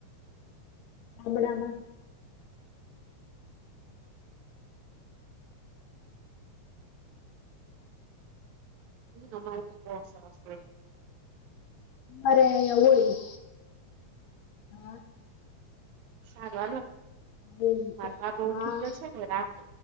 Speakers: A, on the left; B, on the right.
A: ગામડામાં
B: અમારે તો બોહુ સરસ હોય
A: અરે અહિંયા હોય. હા
B: સારુ હાલો,
A: એવું છે
B: માર બાબો ઊઠી
A: હા
B: ગયો છે, મે રાખો.